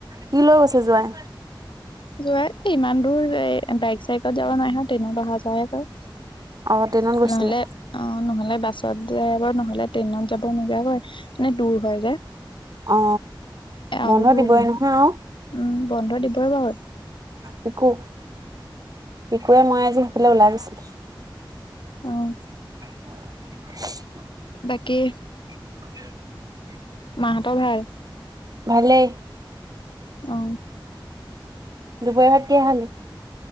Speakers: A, on the right (about 45°); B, on the left (about 70°).
A: কি লৈ গৈছে জোৱাই
B: জোৱাই ইমান দূৰ বাইক চাইকত যাব নোৱাই হত ট্ৰেইনত অহা যোৱাহে কৰে
A: অ ট্ৰেইনত গৈছিলে
B: নহলে অ নহলে বাছত যাই বাৰু নহলে ট্ৰেইনত যাব নযা হয় মানে দূৰ হয় যে।
A: অ
B: আৰুতো
A: বন্ধ দিবই
B: উম
A: নহয় অ
B: বন্ধ দিবই বা।
A: পিকু পিকুৱে মই আজি সেইফালে ওলাই গৈছিল।
B: আহ।
A: <unintelligible>
B: বাকী
A: <unintelligible>
B: মাহঁতৰ ভাল?
A: ভালে।
B: অ
A: দূপৰিয়া ভাত কি হয় খালি।